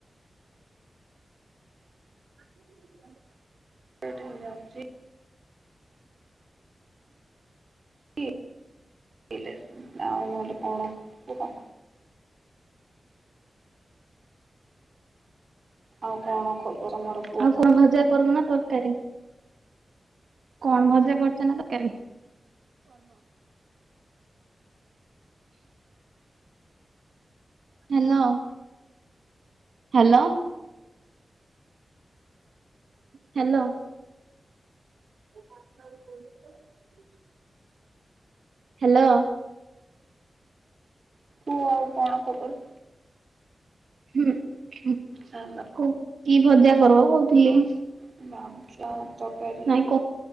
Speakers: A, on the right (about 75°); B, on the right (about 45°).
A: <unintelligible>
B: ଲେଟ୍ ହେଇଯାଉଛି। <unintelligible> ଆଉ ନହେଲେ କଣ କୁହ? ଆଉ କଣ ଖବର ମୋର
A: ଆଉ କଣ ଭଜା କରିବ ନା ତରକାରୀ? କଣ ଭଜା କରୁଛ ନା ତରକାରୀ? Hello hello. ହ୍ୟାଲୋ। <unintelligible> ହ୍ୟାଲୋ।
B: ତୁ ଆଉ କଣ ଖବର?
A: ହୁଁ ହୁଁ
B: ହାଲୋ
A: କୋ କି ଭଜା କରବ କହୁଥିଲି?
B: <unintelligible> ତରକାରୀ-ଇ-ଇ-ଇ।
A: ନାଇଁ